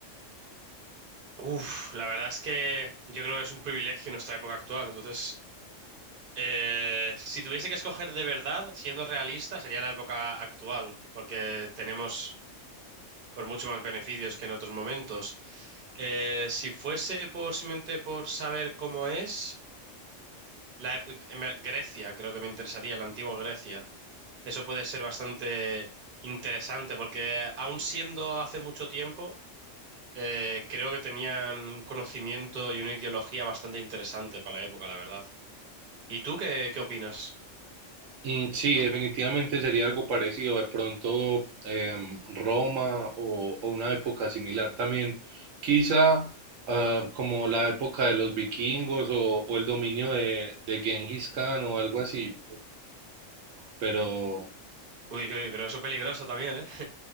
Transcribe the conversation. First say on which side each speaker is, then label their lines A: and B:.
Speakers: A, on the right; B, on the right.
A: Uf, la verdad es que yo creo que es un privilegio en nuestra época actual, entonces Eh, si tuviese que escoger de verdad, siendo realista, sería la época actual, porque tenemos por mucho más beneficios que en otros momentos. Eh, si fuese por simplemente por saber cómo es, la, ep- en ver- Grecia, creo que me interesaría, la antigua Grecia. Eso puede ser bastante interesante, porque aun siendo hace mucho tiempo, eh, creo que tenían un conocimiento y una ideología bastante interesante para la época, la verdad. ¿Y tú qué, qué opinas?
B: Mm, Sí, definitivamente sería algo parecido, de pronto em, Roma o, o una época similar también, quizá ah, como la época de los vikingos o, o el dominio de, de Genghis Khan o algo así, pero
A: Uy, uy, pero eso es peligroso también,